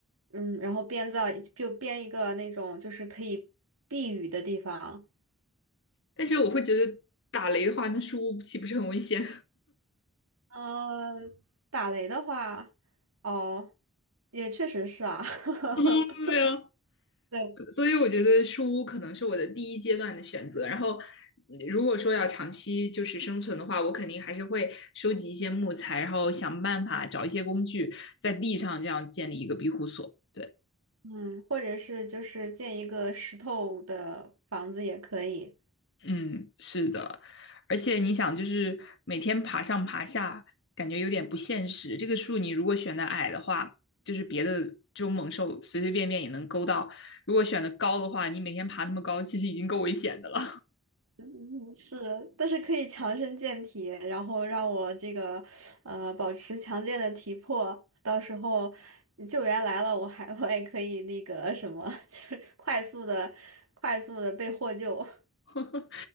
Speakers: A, on the right; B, on the left.
A: 嗯，然后编造就编一个那种就是可以避雨的地方。
B: 但是我会觉得打雷的话，那树屋岂不是很危险？
A: 嗯，打雷的话，哦，也确实是啊。<laughs>
B: <laughs> 对啊，
A: 对。
B: 所以我觉得树屋可能是我的第一阶段的选择。然后，如果说要长期就是生存的话，我肯定还是会收集一些木材，然后想办法找一些工具，在地上这样建立一个庇护所。对，
A: 嗯，或者是就是建一个石头的房子也可以。
B: 嗯，是的，而且你想，就是每天爬上爬下，感觉有点不现实。这个树你如果选的矮的话，就是别的这种猛兽随随便便也能勾到；如果选的高的话，你每天爬那么高，其实已经够危险的了。
A: 嗯是，但是可以强身健体，然后让我这个呃保持强健的体魄，到时候救援来了，我还我也可以那个什么，<laughs> 就是快速的快速的被获救。
B: <laughs>